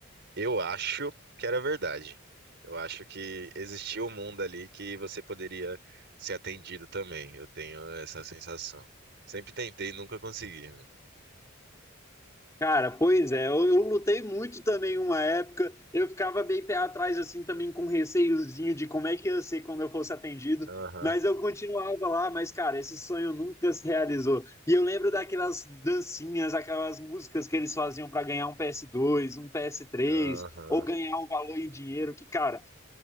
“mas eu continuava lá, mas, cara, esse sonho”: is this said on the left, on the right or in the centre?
Left